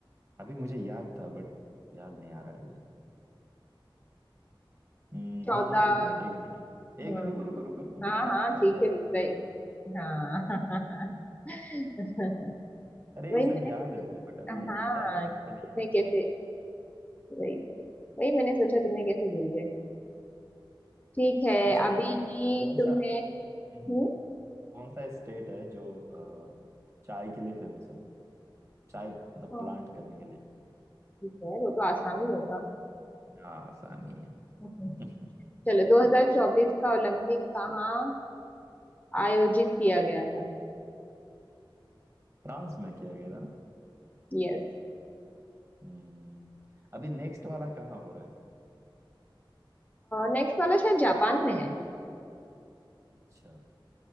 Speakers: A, on the right; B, on the left.
A: अभी मुझे याद था बट याद नहीं आ रहा है अभी हम्म,
B: चौदह
A: हाँ हाँ एक मिनट एक मिनट
B: हम्म
A: एक मिनट रुको रुको रुको रुको मैं
B: हाँ
A: बता रहा
B: हाँ
A: हूँ चौदह
B: ठीक है
A: सितंबर
B: रुक गई
A: को
B: हाँ <laughs>
A: अरे
B: वही
A: ये सब
B: मैंने
A: याद
B: सोचा
A: है मुझे बट अभी
B: हाँ
A: क्या है मुंह
B: तुम्हें
A: पे नहीं आता
B: कैसे वही वही वही मैंने सोचा तुम्हें कैसे भूल गए ठीक है
A: अच्छा
B: अभी
A: अ, कौन
B: तुम्हें
A: सा
B: हम्म
A: हम्म, कौन सा स्टेट है जो अ, चाय के लिए फेमस है चाय मतलब
B: हाँ,
A: प्लांट करने के लिए
B: ठीक है वो तो आसानी होगा
A: हाँ आसानी है
B: हम्म।
A: <laughs>
B: चलो 2024 का ओलंपिक कहाँ आयोजित किया गया था
A: फ्रांस में किया गया था ना
B: यस
A: हम्म अभी नेक्स्ट वाला कहाँ हो रहा है
B: नेक्स्ट वाला शायद जापान में है
A: अच्छा